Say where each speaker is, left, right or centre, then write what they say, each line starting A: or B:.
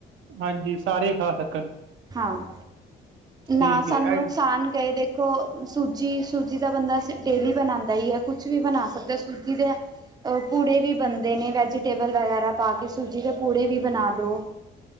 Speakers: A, on the right; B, on the right.
A: ਹਾਂਜੀ ਸਾਰੇ ਹੀ ਖਾ ਸਕਣ।
B: ਹਾਂ ਨਾ
A: ਠੀਕ
B: ਸਾਨੂੰ
A: ਹੈ
B: ਨੁਕਸਾਨ ਕਏ ਤੇ। ਖੋ ਸੂਜੀ- ਸੂਜੀ ਤਾਂ ਬੰਦਾ ਡੇਲੀ ਬਣਉਦਾ ਹੀਈ ਹੈ। ਕੁਛ ਵੀ ਬਣਾ ਸਕਦਾ ਸੂਜੀ ਦੇ- ਪੂੜੇ ਵੀ ਬਣਦੇ ਨੇ, ਵੈਜੀਟੇਬਲ ਵਗੈਰਾ ਪਾ ਕੇ ਸੂਜੀ ਦੇ ਪੂੜੇ ਵੀ ਬਣਾ ਲਉ।